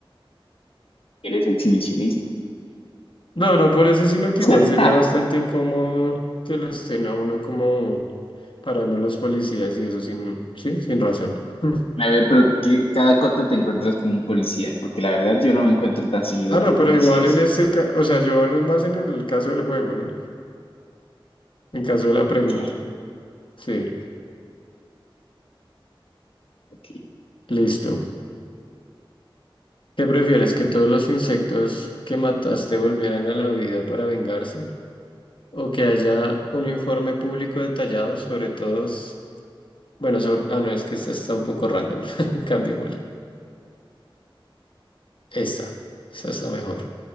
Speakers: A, on the left; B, on the left.
A: ¿Eres exhibicionista?
B: No, no por eso, sino que
A: <laughs>
B: igual sería bastante incómodo que lo estén a uno como parando los policías y eso sin, sí, sin razón. <laughs>
A: A ver, pero ¿qué- cada cuánto te encuentras con un policía? Porque la verdad yo no me encuentro tan seguido
B: Ah, no,
A: con
B: pero
A: policías.
B: igual en este caso, o sea, yo hablo más en el caso del juego, ¿no? En caso de la pregunta.
A: ¿Qué?
B: Sí,
A: Ok,
B: listo. ¿Qué prefieres? ¿Que todos los insectos que mataste volvieran a la vida para vengarse? ¿O que haya un informe público detallado sobre todos? Bueno, sobre... Ah, no, es que esta está un poco random. <laughs> Cambiémosla. Esta. Esta está mejor.